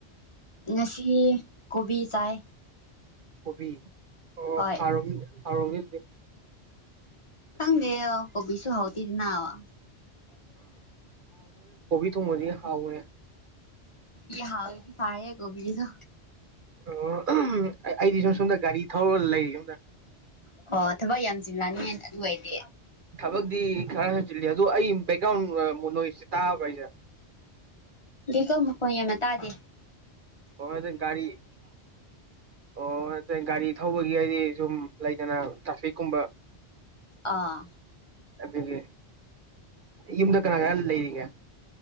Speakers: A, on the left; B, on the right.
A: ꯉꯁꯤ ꯀꯣꯕꯤ ꯆꯥꯏ
B: ꯀꯣꯕꯤ ꯑꯣ
A: ꯍꯣꯏ
B: ꯍꯥꯎꯔꯝꯅꯤ ꯐꯥꯔꯕꯤ
A: ꯈꯪꯗꯦ ꯀꯣꯕꯤꯁꯨ ꯍꯥꯎꯇꯦ ꯅꯥ ꯋꯥ
B: ꯊ ꯃꯗꯤ ꯍꯥꯥꯎꯅꯦ
A: ꯍꯥꯎ ꯐꯥ ꯀꯣꯕꯤꯒꯤꯗ
B: ꯑꯣ ꯑꯩꯗꯤ ꯁꯣ ꯁꯣꯝꯗ ꯒꯥꯔꯤ ꯊꯧꯔꯒ ꯂꯩꯔꯤ ꯁꯣꯝꯗ
A: ꯑꯣ ꯊꯕꯛ ꯌꯥꯝ ꯆꯤꯜꯂꯅꯤ ꯑꯗꯨ ꯑꯣꯏꯔꯗꯤ
B: ꯊꯕꯛꯇꯛꯇꯤ ꯈꯔ ꯍꯟ ꯑꯗꯨ ꯑꯦꯛꯒ꯭ꯔꯥꯎꯟ ꯇꯥꯍ ꯄꯩꯁꯥ
A: ꯗꯀꯣꯀꯣꯌꯥ ꯃ ꯇꯗꯦ
B: ꯑꯣ ꯑꯗꯨ ꯒꯥꯔꯤ ꯑꯣ ꯅ ꯒꯥꯔꯤ ꯊꯧꯕꯒꯤ ꯍꯥꯏꯗꯤ ꯁꯨꯝ ꯂꯩꯗꯅ ꯇ꯭ꯔꯥꯐꯤꯛ ꯀꯨꯝꯕ
A: ꯑꯥ
B: ꯑꯗꯨꯒꯤ ꯌꯨꯝꯗ ꯀꯅꯥ ꯀꯅꯥ ꯂꯩꯔꯤꯉꯦ